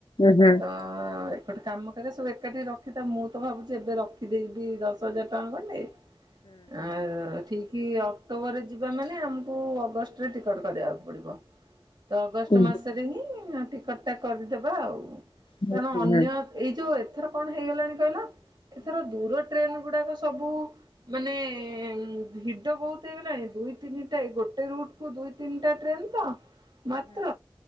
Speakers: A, on the left; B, on the right.
A: ହୁଁ ହୁଁ
B: ତ ଗୋଟେ କାମ କରିବା ସବୁ ଏକାଠି ରଖିଥା ମୁଁ ତ ଭାବୁଛି ଏବେ ରଖିଦେଇବି ଦଶ ହଜାର ଟଙ୍କା ଖଣ୍ଡେ ଆ ଠିକ ଅକ୍ଟୋବରରେ ଯିବା ମାନେ ଆମକୁ ଅଗଷ୍ଟ ଟିକଟ କରିବାକୁ ପଡିବ ତ ଅଗଷ୍ଟ
A: ହୁଁ
B: ମାସ ହିଁ ଟିକଟ ଟା କରିଦବା ଆଉ
A: ହୁଁ
B: କାରଣ
A: ହୁଁ
B: ଅନ୍ୟ
A: ହୁଁ
B: ଏଇ ଯୋଉ ଏଥର କଣ ହେଇଗଲାଣି କହିଲା ଏଥର ଦୂର ଟ୍ରେନ୍ ଗୁଡାକ ସବୁ ମାନେ ଭିଡ ବହୁତ ହେଇଗଲାଣି ଦୁଇ ଦ ତିନିଟା ଗୋଟେ ରୁଟ କୁ ଦୁଇ ତିନିଟା ଟ୍ରେନ ତ ମାତ୍ର